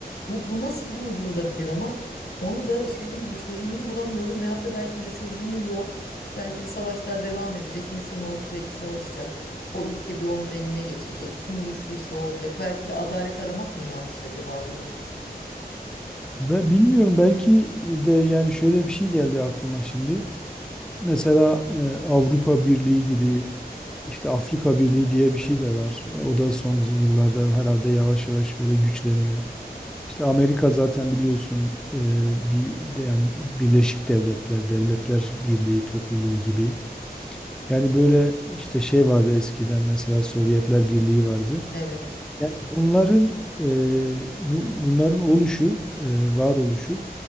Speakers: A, on the left (about 75°); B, in the centre.
A: Bu, bu nasıl durdurulabilir ama? Onu da işte dediğim gibi çözümünü bulamıyorum veyahut da belki de çözümü yok. Belki de savaşlar devam edecek. İnsanoğlu sürekli savaşacak. O ülke bir onun eline geçecek. Kim güçlüyse o olacak. Belki de adalet aramak mı yanlış acaba diyorum.
B: Ve bilmiyorum belki de yani şöyle bir şey geldi aklıma şimdi. Mesela e, Avrupa Birliği gibi işte Afrika Birliği diye bir şey de var. E, o da son yıllarda herhalde yavaş yavaş böyle güçleniyor. İşte Amerika zaten biliyorsun e, bir de yani Birleşik Devletler, Devletler Birliği topluluğu gibi. Yani böyle işte şey vardı eskiden mesela Sovyetler Birliği vardı.
A: Evet.
B: Bunların e, bu, bunların oluşu, e, varoluşu